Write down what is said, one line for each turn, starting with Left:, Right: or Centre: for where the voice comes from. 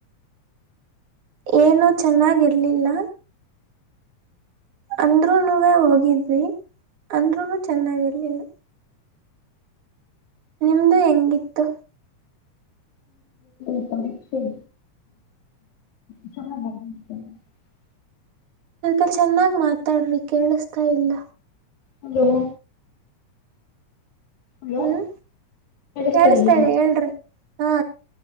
Right: ಏನು ಚೆನ್ನಾಗಿರ್ಲಿಲ್ಲ ಅಂದ್ರರುನುವೇ ಹೋಗಿದ್ವಿ ಅಂದ್ರೂನು ಚೆನ್ನಾಗಿರ್ಲಿಲ್ಲ ನಿಮ್ದು ಹೆಂಗಿತ್ತು
Left: ಸಮೀಕ್ಷೆ <inaudible>
Right: ಸ್ವಲ್ಪ ಚೆನ್ನಾಗ್ ಮಾತಾಡ್ರಿ ಕೇಳಿಸತಾ ಇಲ್ಲ
Left: ಹಲೋ ಹಲೋ
Right: ಹ್ಮ್ ಕೇಳಿಸ್ತಾ
Left: ಷ್ಟೈಯ
Right: ಇದೆ ಹೇಳ್ರಿ ಹಾ